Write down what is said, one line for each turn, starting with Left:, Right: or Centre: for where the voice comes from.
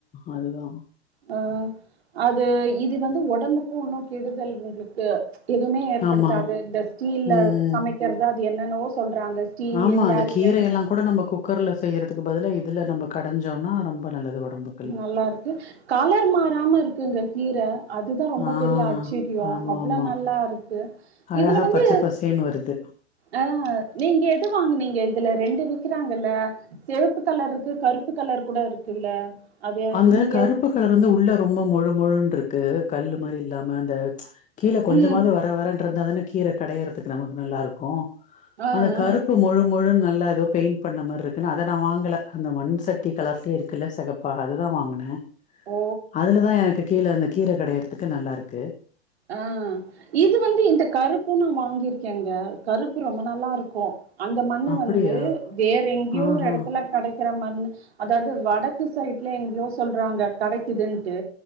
Left: அதுதா
Right: ஆ அது இது வந்து ஒடம்புக்கு இன்னு கெடுதல் உங்ளுக்கு எதுமே ஏற்படுத்தாது
Left: ஆமா
Right: இந்த ஸ்டீல்ல
Left: ம்
Right: சமைக்கறது அது என்னேன்னவோ சொல்றாங்க ஸ்டீல்
Left: ஆமா
Right: இண்டாலியம்
Left: அந்த கீரையெல்லா கூட நம்ம குக்கர்ல செய்யறதுக்கு பதில இதில நம்ம கடைஞ்சோன்னா ரொம்ப நல்லது ஒடம்புக்
Right: நல்லாருக்கு கலர் மாறாம இருக்குங்க கீர அதுதா ரொம்ப
Left: ஆ
Right: பெரிய ஆச்சிரியோ
Left: ஆமா
Right: அவ்ளோ
Left: ஆமா
Right: நல்லாருக்கு
Left: அழகா
Right: இதுல வந்து
Left: பச்ச பசேன்னு வருது
Right: ஆ நீங்க எது வாங்கினிங்க இதுல ரெண்டு விக்கிறாங்கல்ல செவப்பு கலர் இருக்கு கருப்பு கலர் கூட இருக்குல்ல அது
Left: அந்த
Right: நீங்க
Left: கருப்பு கலர் வந்து உள்ள ரொம்ப மொழு மொழுன்றுக்கு கல்லு மாரி இல்லாம அந்த கீழ கொஞ்சமாது
Right: ம்
Left: வர வறேன்ருந்தா தான கீர கடையறத்துக்கு நமக்கு நல்லாருக்கு
Right: ஆ
Left: அந்த கருப்பு
Right: ஆ
Left: மொழு மொழுன் நல்லா ஏதோ பெயிண்ட் பண்ண மார்ருக்குனு அத நா வாங்கல அந்த மண் சட்டி கலர்லேயே இருக்குல செகப் ப்பா அதுதா வாங்குனே
Right: ஓ
Left: அதுலதா எனக்கு கீழ அந்த கீர கடையரதுக்கு நல்லாருக்கு
Right: ஆ இது வந்து இந்த கருப்பு நா வாங்கிருக்கேங்க கருப்பு ரொம்ப நல்லாருக்கு அந்த மண்ணு
Left: அப்படியா
Right: வந்து வேற எங்யோ
Left: ஆஹா
Right: ஒரு எடத்துல கடைக்கிற மண்ணு அதாது வடக்கு சைட்ல எங்யோ சொல்றாங்க கடைக்குதுன்ட்டு